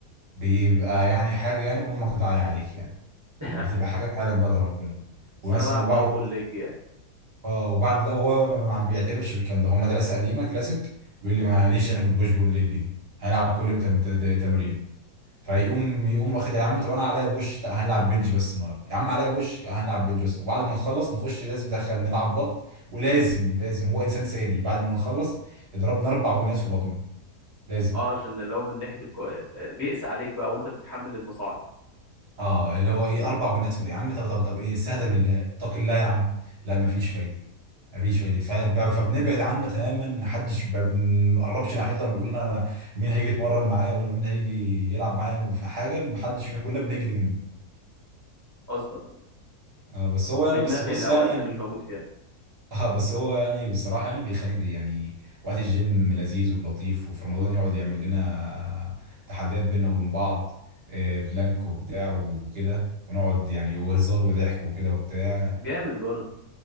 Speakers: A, on the right; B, on the right.
A: بيبقى يعني حاجه يعني امك ضايعه عليك يعني
B: <laughs>
A: بتبقى حاجه معلم بقى لربنا
B: بس
A: ومثلا
B: انا بلعب
A: وبعد
B: بوش بول ليج يعني
A: اه وبعد لا هو ما ما بيعترفش بالكلام ده هم مدرسه قديمه كلاسيك بيقول لي ماليش انا في البوش بول ليج دي هنلعب كل يوم تم- ت- تمرين فيقوم يقوم واخد يا عم طب انا عليا بوش لا هنلعب بنج بس النهارده يا عم عليا بوش لا هنلعب بنج بس وبعد ما نخلص نخش لازم ندخل نلعب بط ولازم لازم هو انسان سادي بعد ما نخلص يضربنا اربع بنات في بطني لازم
B: اه عشان اللي هو من ناحيه الكو... بيقسى عليك بقى وانت بتتحمل المصاعب
A: اه اللي هو ايه اربع بنات في يا عم طب طب طب ايه استهدى بالله اتق الله يا عم لا مفيش فايده مفيش فايده فب- فبنبعد عنه تماما محدش ب- بنقربش ناحيته لما بيقول لنا مين هيجي يتمرن معايا ولا مين هيجي يلعب معايا في حاجه محدش فينا كلنا بنجري منه
B: اصلا
A: اه بس هو انا
B: بتنقي
A: بس بص
B: الاوقات
A: يعني يعني
B: اللي مش موجود فيها
A: <laughs> اه بس هو يعني بصراحه يعني بيخلي يعني وقت الجيم لذيذ ولطيف وفي رمضان يقعد يعمل لنا تحديات بينا وبين بعض آه، بلانك وبتاع وكده ونقعد يعني وهزار وضحك وكده وبتاع
B: جامد برضه